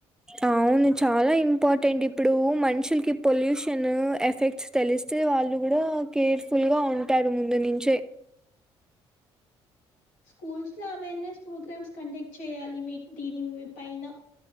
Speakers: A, in the centre; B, on the left.
A: అవును చాలా ఇంపార్టెంట్ ఇప్పుడు మనుషులకి పొల్యూషన్ ఎఫెక్ట్స్ తెలుస్ వస్తే వాళ్ళు కూడా కేర్ఫుల్ గా ఉంటారు ముందు నించే
B: స్కూల్స్ లో అవేర్నెస్ ప్రోగ్రామ్స్ కండక్ట్ చేయాలి దీనిపైన